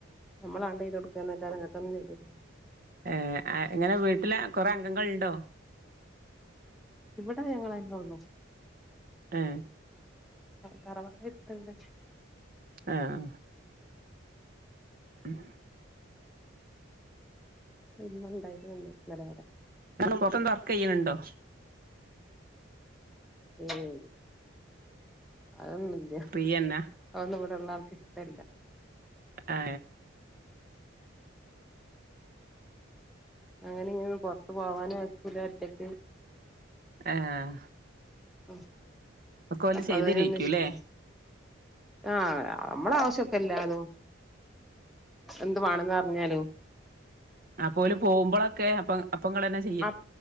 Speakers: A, in the centre; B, on the right.
A: നമ്മള ആണ്ടേയ്ത് കൊട്ക്കന്നല്ലാതെ ഇങ്ങട്ടൊന്നും ചെയ്തരു
B: ഏ എങ്ങനെ വീട്ടില് കൊറെ അംഗങ്ങൾ ഇണ്ടോ
A: ഇവിടെ ഞങ്ങളന്നെ ഒള്ളൂ
B: ഏ
A: തറവാട് എട്ത്തന്നേ
B: ആഹ് ഉം
A: പിന്ന ഉണ്ടായിരുന്നു നിലപല
B: കർണം പൊർതെന്തോ വർക്ക് ചെയ്യണണ്ടോ
A: ഉം അതൊന്നും
B: ഫ്രീയന്ന
A: അഒന്നും ഇവിടെള്ള ആൾക്ക് ഇഷ്ട്ടല്ല
B: ഏ
A: അങ്ങനെ ഇങ്ങനെ ഒന്നും പോറത്ത് പോവാന് ഒക്കില്ല ഒറ്റക്ക്
B: ആഹ്
A: ഉം
B: ഒക്കെ ഓല്
A: അപ്പ
B: ചെയ്തരേക്കൂല്ലേ?
A: അതിന് ഒന്നു ഇഷ്ട്ടല്ല ആഹ് അമ്മള ആവശ്യക്കെ എല്ലാതും എന്തു വാണന്നർഞ്ഞാലും
B: അപ്പ ഓല് പോവുമ്പളൊക്കെ അപ്പം അപ്പങ്ങളന്നെ ചെ
A: അ